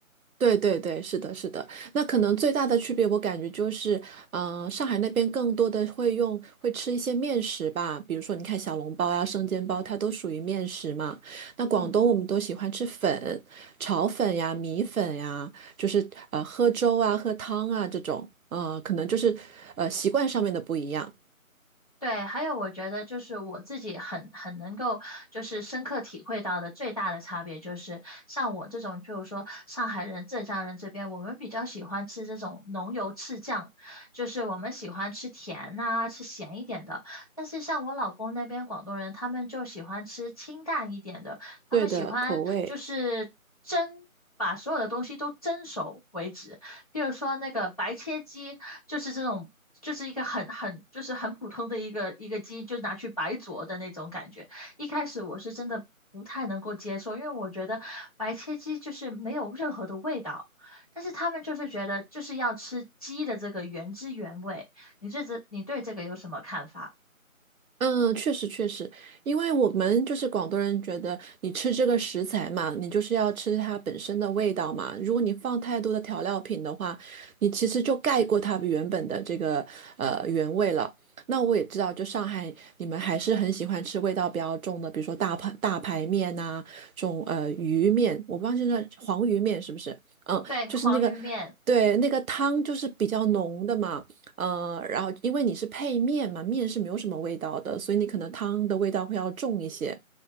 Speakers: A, on the right; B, on the left.
A: 对对对，是的，是的。那可能最大的区别，我感觉就是，嗯、上海那边更多的会用会吃一些面食吧，比如说你看小笼包呀、生煎包，它都属于面食嘛。那广东我们都喜欢吃粉、
B: 嗯。
A: 炒粉呀、米粉呀，就是呃喝粥啊、喝汤啊这种，嗯、可能就是呃习惯上面的不一样。
B: 对，还有我觉得就是我自己很很能够就是深刻体会到的最大的差别就是，像我这种，就是说上海人、浙江人这边，我们比较喜欢吃这种浓油赤酱，就是我们喜欢吃甜呐、吃咸一点的。但是像我老公那边广东人，他们就喜欢吃清淡一点的，他们喜欢就是蒸，
A: 对的，口味。
B: 把所有的东西都蒸熟为止。比如说那个白切鸡，就是这种，就是一个很很就是很普通的一个一个鸡，就拿去白灼的那种感觉。一开始我是真的不太能够接受，因为我觉得白切鸡就是没有任何的味道。但是他们就是觉得就是要吃鸡的这个原汁原味。你对这你对这个有什么看法？
A: 嗯，确实确实，因为我们就是广东人，觉得你吃这个食材嘛，你就是要吃它本身的味道嘛。如果你放太多的调料品的话，你其实就盖过它原本的这个呃原味了。那我也知道，就上海你们还是很喜欢吃味道比较重的，比如说大排大排面呐、这种呃鱼面，我不知道现在黄鱼面是不是？嗯，
B: 对，黄鱼面。
A: 就是那个对那个汤就是比较浓的嘛。嗯，然后因为你是配面嘛，面是没有什么味道的，所以你可能汤的味道会要重一些，